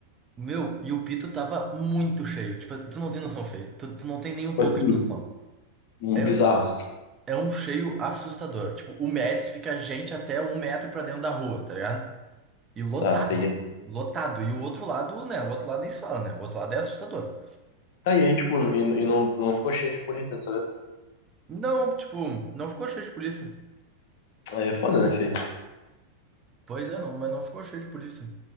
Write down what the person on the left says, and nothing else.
Tipo
assim,
um-
bizarros.
Tá, peguei.
Tá, e aí, tipo, e, e não, não ficou cheio de polícia dessa vez.
Aí é foda, né, filho?